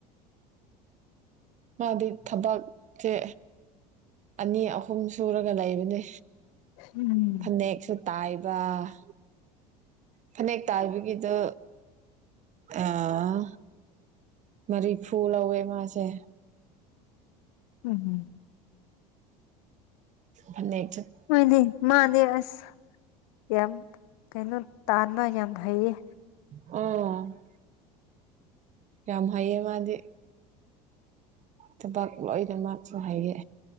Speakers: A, on the right (about 40°); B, on the left (about 75°).
A: ꯃꯥꯗꯤ ꯊꯕꯥꯛ ꯆꯦ ꯑꯅꯤ ꯑꯍꯨꯝ ꯁꯨꯔꯒ ꯂꯩꯕꯅꯦ
B: ꯎꯝ
A: ꯐꯅꯦꯛꯁꯨ ꯇꯥꯏꯕ ꯐꯅꯦꯛ ꯇꯥꯏꯕꯒꯤꯗꯣ ꯑꯥ ꯃꯔꯤꯐꯨ ꯂꯧꯋꯦ ꯃꯥꯁꯦ
B: ꯎꯝꯍꯨ
A: ꯐꯅꯦꯛ
B: ꯍꯣꯏꯅꯦ ꯃꯥꯅꯦ ꯑꯁ ꯌꯥꯝ ꯀꯩꯅꯣ ꯇꯥꯟꯄ ꯌꯥꯝ ꯍꯩꯌꯦ
A: ꯎꯝ ꯌꯥꯝ ꯍꯩꯌꯦ ꯃꯥꯗꯤ ꯊꯕꯛ ꯂꯣꯏꯅꯃꯛꯁꯨ ꯍꯥꯏꯌꯦ